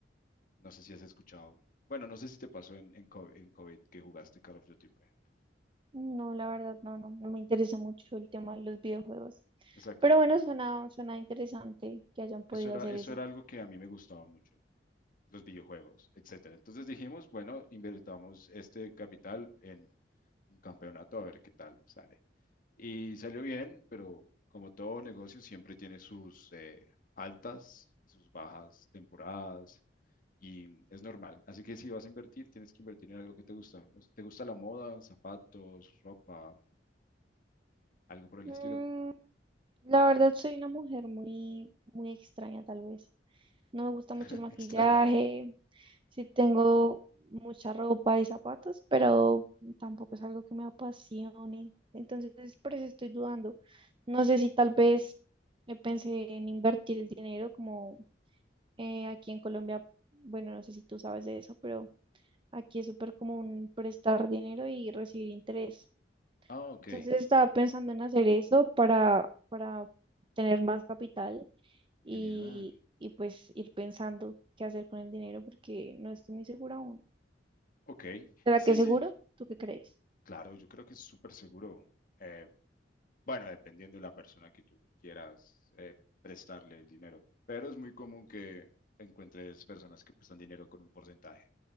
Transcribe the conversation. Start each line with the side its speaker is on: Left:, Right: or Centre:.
Left: No sé si has escuchado. Bueno, no sé si te pasó en, en, co- en COVID, que jugaste Call of Duty, por ejemplo.
Right: No, la verdad, no, no, no me interesa mucho el tema de los videojuegos.
Left: Exacto.
Right: Pero bueno, suena, suena interesante que hayan podido
Left: Eso era,
Right: hacer
Left: eso
Right: eso.
Left: era algo que a mí me gustaba mucho, los videojuegos, etcétera. Entonces dijimos, bueno, invertamos este capital en un campeonato a ver qué tal sale. Y salió bien, pero como todo negocio siempre tiene sus eh, altas y sus bajas temporadas y es normal. Así que si vas a invertir, tienes que invertir en algo que te gusta. No sé, ¿Te gusta la moda, zapatos, ropa, algo por el
Right: Mm,
Left: estilo?
Right: la verdad, soy una mujer muy, muy extraña, tal vez. No me gusta mucho
Left: <laughs>
Right: el maquillaje.
Left: Extraña.
Right: Sí tengo mucha ropa y zapatos, pero tampoco es algo que me apasione. Entonces, por eso estoy dudando. No sé si tal vez eh, pensé en invertir el dinero como eh, aquí en Colombia. Bueno, no sé si tú sabes de eso, pero Aquí es súper común prestar dinero y recibir interés.
Left: Ah, ok.
Right: Entonces estaba pensando en hacer eso para, para tener más capital y,
Left: Genial.
Right: y pues ir pensando qué hacer con el dinero porque no estoy muy segura aún.
Left: Ok.
Right: ¿Será
Left: Sí,
Right: que es
Left: sí,
Right: seguro? ¿Tú qué crees?
Left: Claro, yo creo que es súper seguro. Eh, bueno, dependiendo de la persona que tú quieras eh, prestarle el dinero, pero es muy común que encuentres personas que prestan dinero con un porcentaje.